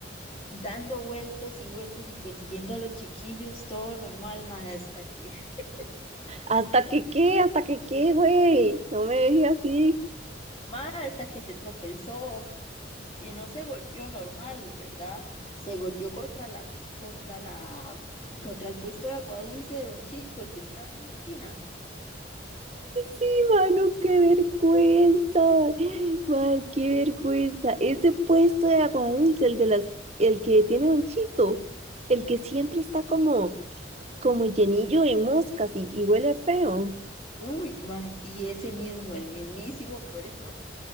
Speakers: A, on the left; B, on the right.
A: Dando vueltas y vueltas y persiguiendo a los chiquillos, todo normal, mae, hasta que, <laughs>
B: hasta que qué, hasta que qué, güey. No me dejes así.
A: mae, hasta que se tropezó y no se golpeó normal, ¿verdad? Se golpeó contra la, contra la, contra el puesto de agua dulce de Don Chito, el que estaba en la esquina.
B: Sí, mano, qué vergüenza. Man, qué vergüenza. Ese puesto de agua dulce, el de las, el que tiene un chito, el que siempre está como, como llenillo de moscas y, y huele feo.
A: Uy, mae, sí, ese mismo, el mismísimo puesto.